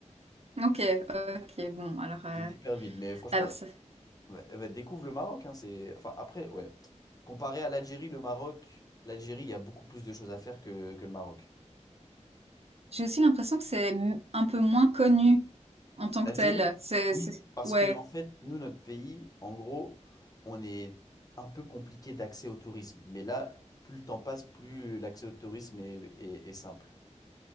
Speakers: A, on the right (about 55°); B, on the left (about 30°).
A: OK, OK, bon alors, heu,
B: C'est une super ville. Mais franchement,
A: alors ça
B: Bah, bah, découvre le Maroc, hein, c'est... Enfin, après, ouais. Comparé à l'Algérie, le Maroc, l'Algérie, il y a beaucoup plus de choses à faire que, que le Maroc.
A: j'ai aussi l'impression que c'est m un peu moins connu en tant
B: L'Algérie,
A: que tel. C'est
B: oui,
A: c'est
B: parce
A: ouais,
B: que, en fait, nous, notre pays, en gros, on est un peu compliqué d'accès au tourisme. Mais là, plus le temps passe, plus l'accès au tourisme est, est- est simple.